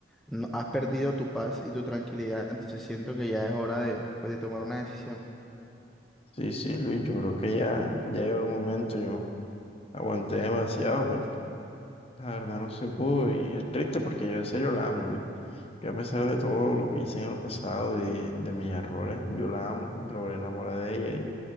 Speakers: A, in the centre; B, on the left.
A: no- has perdido tu paz y tu tranquilidad, entonces siento que ya es hora de, pues, de tomar una decisión.
B: Sí, sí, Luis, yo creo que ya, ya llegó el momento. Yo aguanté demasiado, pero la verdad no se pudo. Y es triste porque yo en serio la amo, Luis. Yo a pesar de todo lo que hice en el pasado, de, de mis errores, yo la amo. Me logré enamorar de ella